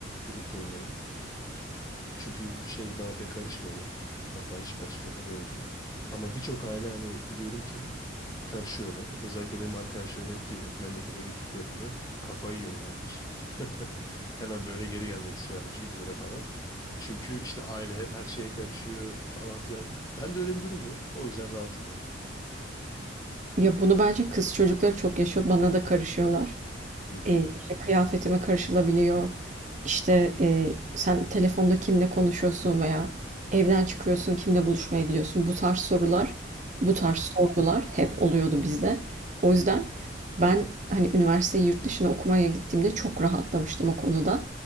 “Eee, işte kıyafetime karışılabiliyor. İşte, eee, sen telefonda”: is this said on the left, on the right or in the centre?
Right